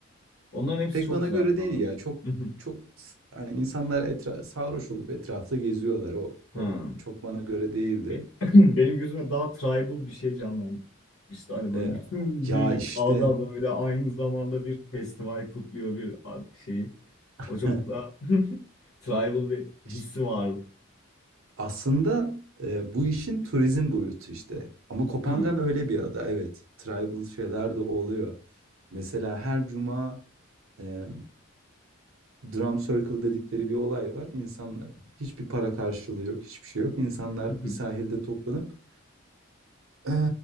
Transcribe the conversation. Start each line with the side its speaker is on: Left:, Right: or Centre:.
Left: Onların hepsi
Right: Pek
Left: çok
Right: bana
Left: güzel
Right: göre
Left: planlar.
Right: değil ya. Çok
Left: <laughs>
Right: çok s- hani insanlar etra sarhoş olup etrafta geziyorlar. O,
Left: Hmm.
Right: o çok bana göre değildi.
Left: Be- <clears throat> Benim gözüme daha tribal bir şey canlandı. İşte hani böyle
Right: E,
Left: bütün
Right: ya
Left: bir
Right: işte
Left: ada böyle aynı zamanda bir festival kutluyor bir a- şeyi.
Right: <laughs>
Left: O çok daha <laughs> tribal bir
Right: işte
Left: hissi vardı.
Right: aslında e, bu işin turizm boyutu işte. Ama Kopangan
Left: Hmm.
Right: öyle bir ada evet. Tribal şeyler de oluyor. Mesela her cuma e, drum circle dedikleri bir olay var. İnsanlar hiçbir para karşılığı yok, hiçbir şey yok. İnsanlar
Left: <laughs>
Right: bir sahilde toplanıp e,